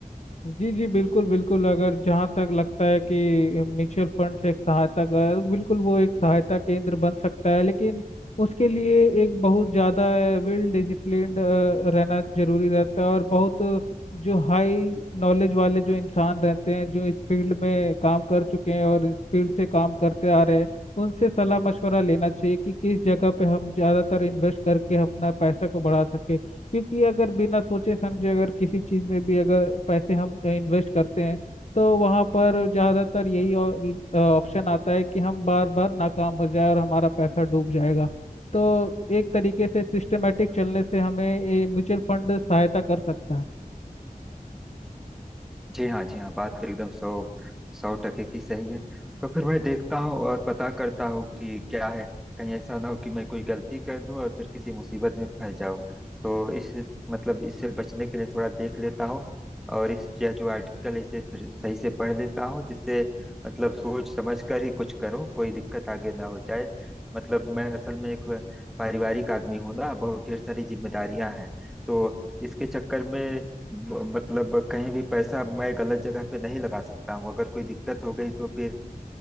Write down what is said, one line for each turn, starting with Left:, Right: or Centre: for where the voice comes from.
Left: जी जी बिल्कुल बिल्कुल अगर जहाँ तक लगता है कि म्यूचुअल फंड एक सहायता का है, बिल्कुल वो एक सहायता केंद्र बन सकता है लेकिन उसके लिए एक बहुत ज़्यादा वेल डिसिप्लिन्ड रहना जरूरी रहता है और बहुत जो हाई नॉलेज वाले जो इंसान रहते हैं जो इस फील्ड में काम कर चुके हैं और इस फील्ड से काम करते आ रहे हैं उनसे सलाह मशवरा लेना चाहिए कि किस जगह पे हम ज़्यादातर इन्वेस्ट करके अपना पैसा को बढ़ा सके क्योंकि अगर बिना सोचे समझे अगर किसी चीज़ में भी अगर पैसे हम इन्वेस्ट करते हैं तो वहाँ पर ज़्यादातर यही ऑप्शन आता है कि हम बार बार नाकाम हो जाए और हमारा पैसा डूब जाएगा तो एक तरीके से सिस्टमेटिक चलने से हमें ये म्यूचुअल फंड सहायता कर सकता है
Centre: जी हाँ जी हाँ बात तो एकदम सौ सौ टके की सही है तो फिर मैं देखता हूँ और पता करता हूँ कि क्या है कहीं ऐसा ना हो कि मैं कोई गलती कर दूँ और फिर किसी मुसीबत में फंस जाऊँ तो इस मतलब इससे बचने के लिए थोड़ा देख लेता हूँ और इस यह जो आर्टिकल है इसे फिर सही से पढ़ लेता हूँ जिससे मतलब सोच समझ कर ही कुछ करूँ कोई दिक्कत आगे ना हो जाए मतलब मैं असल में एक पारिवारिक आदमी हूँ ना बहुत ढेर सारी जिम्मेदारियां हैं तो इसके चक्कर में ब- मतलब कहीं भी पैसा मैं गलत जगह पे नहीं लगा सकता हूँ अगर कोई दिक्कत हो गई तो फिर